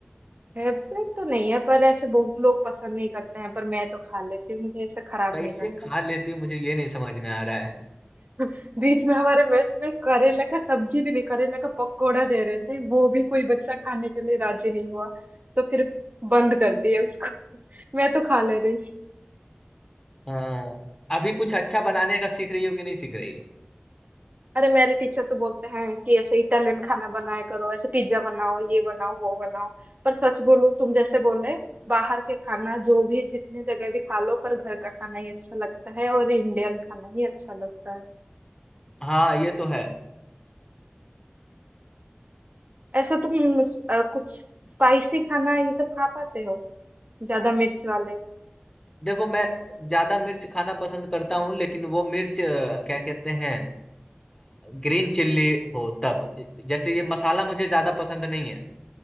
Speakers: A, on the right (about 40°); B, on the left (about 20°).
A: फेवरेट तो नहीं है पर ऐसे बहुत लोग पसंद नहीं करते हैं पर मैं तो खा लेती हूँ मुझे ऐसे खराब
B: कैसे
A: नहीं लगता
B: खा लेती हो मुझे ये नहीं समझ में आ रहा है।
A: <laughs> बीच में हमारे मेस में करेला का सब्जी भी नहीं करेला का पकोड़ा दे रहे थे वो भी कोई बच्चा खाने के लिए राजी नहीं हुआ तो फिर बंद कर दिया उसको <laughs> मैं तो खा ले रही थी
B: हाँ अभी कुछ अच्छा बनाने का सीख रही हो कि नहीं सीख रही हो
A: अरे मेरे टीचर तो बोलते हैं कि ऐसे इटालियन खाना बनाया करो ऐसे पिज्जा बनाओ ये बनाओ वो बनाओ पर सच बोलूं तुम जैसे बोले बाहर के खाना जो भी जितनी जगह भी खा लो पर घर का खाना ही अच्छा लगता है और इंडियन खाना ही अच्छा लगता है
B: हाँ ये तो है
A: ऐसे तुम अ, कुछ स्पाइसी खाना ये सब खा पाते हो ज्यादा मिर्च वाले
B: देखो मैं ज्यादा मिर्च खाना पसंद करता हूँ लेकिन वो मिर्च अ, क्या कहते हैं ग्रीन चिल्ली हो तब जैसे ये मसाला मुझे ज्यादा पसंद नहीं है